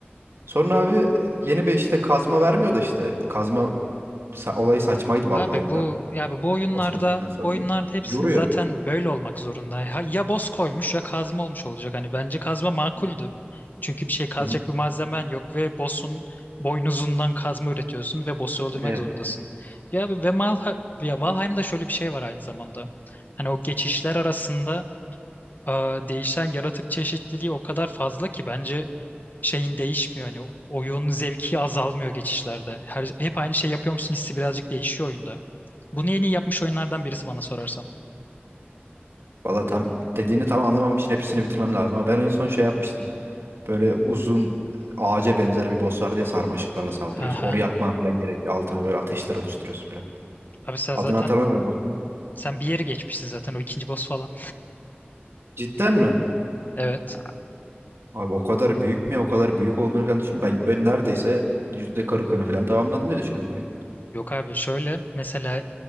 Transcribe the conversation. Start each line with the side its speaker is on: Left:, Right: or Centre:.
Right: Sonra abi yeni bir işte kazma vermiyor da işte. Kazma sa- olayı saçmaydı Valheim'da.
Left: Abi bu ya bu oyunlarda
Right: Boss kestikten sonra.
Left: bu oyunlarda hepsinin
Right: Yoruyor.
Left: zaten böyle olmak zorunda. Ya, ya boss koymuş ya kazma olmuş olacak. Hani bence kazma makuldü.
Right: Hı
Left: Çünkü bir şey kazacak
Right: hı.
Left: bir malzemen yok ve boss'un boynuzundan kazma üretiyorsun ve boss'u öldürmek
Right: Evet.
Left: zorundasın. Ya abi ve Valha- ya Valheim'da şöyle bir şey var aynı zamanda. Hani o geçişler arasında Aa, değişen yaratık çeşitliliği o kadar fazla ki bence şeyin değişmiyor. Hani oyun zevki azalmıyor geçişlerde. Her, hep aynı şey yapıyormuşsun hissi birazcık değişiyor oyunda. Bunu en iyi yapmış oyunlardan birisi bana sorarsan.
Right: Valla tam dediğini tam anlamam için hepsini bitirmem lazım. Ama ben en son şey yapmıştım. Böyle uzun e, ağaca benzer bir boss vardı ya sarmaşıklarla saldırıyorsun.
Left: Aha.
Right: Onu yakman falan gerekiyor. Altına böyle ateşler oluşturuyorsun falan.
Left: Abi sen
Right: Adını
Left: zaten
Right: hatırlamıyorum boss'un.
Left: sen bir yeri geçmişsin zaten o ikinci boss falan.
Right: Cidden mi?
Left: Evet.
Right: Abi o kadar büyük mü ya? O kadar büyük olduğunu falan düşün. Ben, ben neredeyse yüzde kırkını falan tamamladım diye düşünüyordum oyunu.
Left: Yok abi şöyle mesela